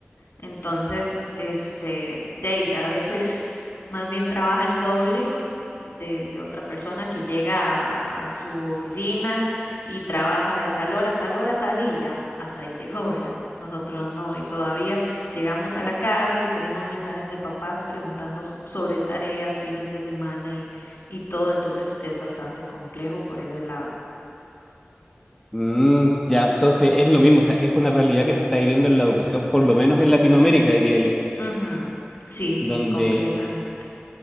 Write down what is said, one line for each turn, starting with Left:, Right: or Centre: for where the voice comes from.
Left: Entonces, este, de ahí, a veces más bien trabaja el doble de, de otra persona que llega a, a su oficina y trabaja de tal hora a tal hora, sale y ya, hasta ahí <laughs> llegó, ¿verdad? Nosotros no, y todavía llegamos a la casa y tenemos mensajes de papás preguntando so- sobre tareas, fines de semana y, y todo, entonces es bastante complejo por ese lado.
Centre: Mm, ya, entonces es lo mismo, o sea, es una realidad que se está viviendo en la educación, por lo menos en Latinoamérica, diría yo,
Left: Ujú, Sí, sí,
Centre: donde
Left: completamente.